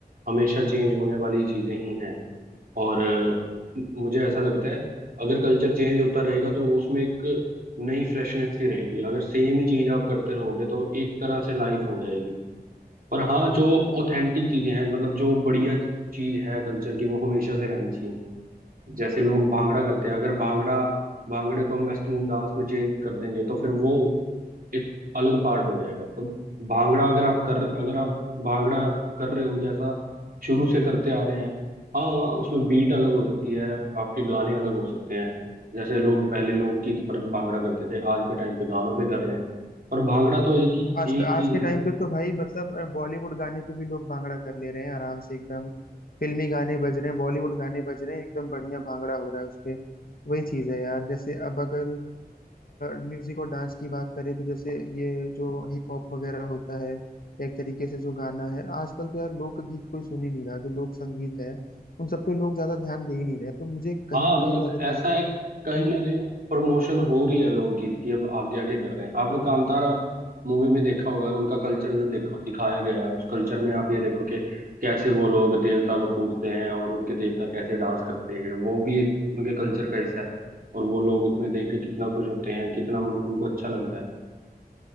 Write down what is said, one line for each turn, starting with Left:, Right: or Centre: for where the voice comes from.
Right: हमेशा चेंज होने वाली चीजें ही हैं और अ, मुझे ऐसा लगता है अगर कल्चर चेंज होता रहेगा तो वो उसमें एक नई फ्रेशनेस सी रहेगी अगर सेम ही चीज आप करते रहोगे तो एक तरह से लाइफ हो जाएगी पर हाँ जो ऑथेंटिक चीजें हैं मतलब जो बढ़िया चीज है कल्चर की वो हमेशा से रहनी चाहिए जैसे लोग भांगड़ा करते हैं अगर भांगड़ा भांगड़े को हम वेस्टर्न डांस में चेंज कर देंगे तो फिर वो एक अलग पार्ट हो जाएगा तो भांगड़ा अगर आप कर अगर आप भांगड़ा कर रहे हो जैसा शुरू से करते आ रहे हैं हाँ हाँ उसमें बीट अलग हो सकती है आपके गाने अलग हो सकते हैं जैसे लोग पहले लोकगीत पर भांगड़ा करते थे आज के टाइम पे गानों पे कर रहे हैं पर भांगड़ा तो एक ही
Left: आज
Right: एक
Left: आज
Right: चीज
Left: के
Right: है
Left: टाइम
Right: ना
Left: पे तो भाई मतलब अ, बॉलीवुड गाने पे भी लोग भांगड़ा कर ले रहे हैं आराम से एकदम फिल्मी गाने बज रहे हैं बॉलीवुड गाने बज रहे हैं एकदम बढ़िया भांगड़ा हो रहा है उसपे वही चीज है यार जैसे अब अगर म्यूजिक और डांस की बात करें तो जैसे ये जो हिप हॉप वगैरह होता है या एक तरीके से जो गाना है आजकल तो यार लोकगीत कोई सुन ही नहीं रहा जो लोक संगीत है उन सब पे लोग ज्यादा ध्यान दे ही नहीं रहे तो मुझे कहीं
Right: हाँ
Left: ना
Right: मतलब
Left: कहीं लग
Right: ऐसा
Left: रहा है ना
Right: है
Left: कि
Right: कहीं ना कहीं ना प्रमोशन हो रही है लोकगीत की अब आगे आगे कर रहे हैं आपने कांतारा मूवी में देखा होगा उनका कल्चर जो देखा दिखाया गया है उस कल्चर में आप ये देखो कि कैसे वो लोग देवता को पूजते हैं और उनके देवता कैसे डांस करते हैं वो भी एक उनके कल्चर का हिस्सा है और वो लोग उसमें देख के कितना खुश होते हैं कितना उन- उनको अच्छा लगता है